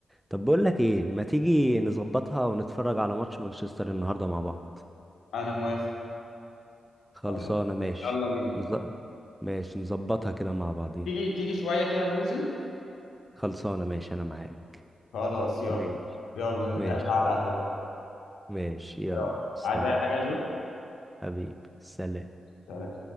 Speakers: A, in the centre; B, on the left.
A: طب بقول لك ايه ما تيجي نظبطها ونتفرج على ماتش مانشستر النهارده مع بعض
B: أنا موافق
A: خلصانه
B: خلاص
A: ماشي
B: يلا بينا
A: نز... ماشي نظبطها كده مع بعضينا
B: تيجي تيجي شوية كده وننزل
A: خلصانه ماشي انا معاك
B: خلاص يلا
A: ماشي
B: يلا
A: ماشي
B: نتقابل على القهوة بقى
A: ماشي يلا
B: يلا.
A: سلام
B: عايز اي حاجه يا جو
A: حبيبي سلام
B: سلام.